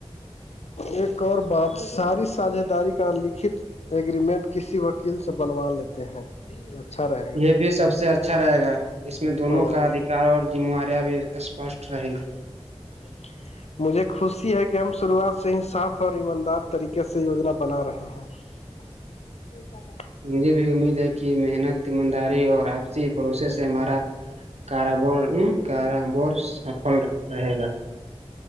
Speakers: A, on the left (about 75°); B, on the right (about 75°).
A: ایک اور بات ساری ساجھ داری کا لکھت ایگریمنٹ کسی وکیل سے بنوا لیتے ہیں اچھا رہے <unintelligible>
B: یہ بھی سب سے اچھا رہے گا اس میں دونوں
A: ہ
B: کا ادھیکار اور ذمواریاں بھی اسپشٹ
A: ہاں
B: رہے
A: ج
B: گی
A: <unintelligible> مجھے خوشی ہے کہ ہم شروعات سے ہی صاف اور ایماندار طریقے سے یوجنا بنا رہے ہیں وہئی پاتان
B: مجھے بھی امید ہے کہ محنت ایمانداری اور آپسی پروس سے ہمارا کارب کارابار سفل رہے گا